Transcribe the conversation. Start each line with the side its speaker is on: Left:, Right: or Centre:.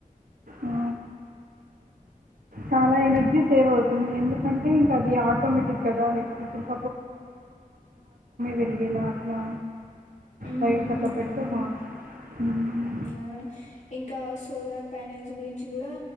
Right: ఆ, చాలా ఎనర్జీ సేవ్ అవుతుంది ఎందుకంటే ఇంకా అది ఆటోమేటిక్ కదా ఓ వెలిగేలా అట్లా
Left: అవును
Right: లైట్స్ అట్లా పెడితే బావుం హ్మ్.
Left: అవును ఇంకా సోలార్ ప్యానెల్స్ గురించి కూడా